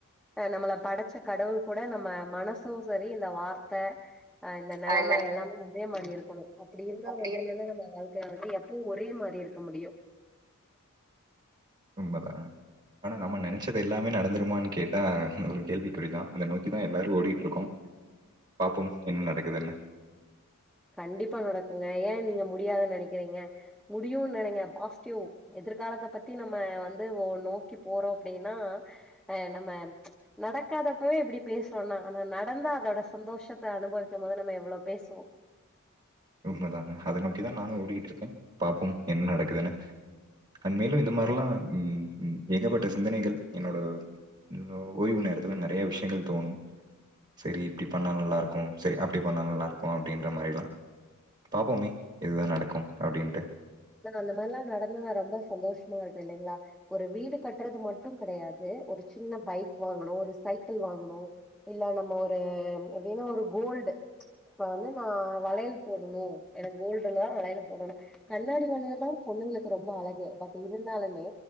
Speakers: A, in the centre; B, on the right.
A: அ நம்மள படச்ச கடவுள் கூட நம்ம மனசும் செரி இந்த வார்த்த அ இந்த நெலம
B: ஆ என்ன
A: எல்லாமே இத்தே மாரி இருக்கணு அப்டி இருந்தா
B: அப்படி
A: மட்டுமே
B: இரு
A: தா நம்ப வாழ்க்கைல வந்து எப்போ ஒரே மாரி இருக்க முடியு
B: உண்மதாங்க ஆனா நம்ம நெனைச்சது எல்லாமே நடந்துருமான் கேட்டா ஒரு கேள்விக்குறிதா அத நோக்கிதா எல்லாரு ஓடிட்ருக்கோ பாப்போம் என்ன நடக்குதுன்னு
A: கண்டிப்பா நடக்குங்க ஏ நீங்க முடியாது நெனைக்கிறீங்க முடியுன் நெனைங்க பாஸ்ட்டிவ் எதிர்காலத்த பத்தி நம்ம வந்து ஒ நோக்கி போறோ அப்டின்னா அ நம்ம ப்ச் நடக்காதப்பவே இப்டி பேசுறோன்னா ஆனா நடந்தா அதோட சந்தோஷத்த அனுபவிக்கும் போது நம்ம எவ்ளோ பேஸ்வோ
B: உண்மதாங்க அத நோக்கிதா நானு ஓடிக்கிட்ருக்கே பாப்போம் என்ன நடக்குதுனு கன்வேலு இந்த மாரில்லா
A: ம்
B: ம் ம் ஏகப்பட்ட சிந்தனைகள் என்னோட ஓ ஓய்வு நேரத்துல நெறைய விஷயங்கள் தோணும் செரி இப்டி பண்ணா நல்லாருக்கு செரி அப்டி பண்ணா நல்லா இருக்கு அப்டின்ற மாரிலா பாப்போமே எதுதா நடக்கும் அப்டின்ட்டு
A: லா அந்த மாரிலா நடந்தனா ரொம்ப சந்தோஷமா இருக்கு இல்லேங்களா ஒரு வீடு கட்டுறது மட்டு கெடையாது ஒரு சின்ன பைக் வாங்கணு ஒரு சைக்கிள் வாங்கணு இல்ல நம்ம ஒரு எப்டினா ஒரு கோல்டு ப்ச் இப்ப வந்து நா வளையல் போடணு எனக்கு கோல்ட்ருந்தா வளையல் போடணு கண் கண்ணாடி வளையல்லா பொண்ணுங்களுக்கு ரொம்ப அழகு பட் இருந்தாலுமே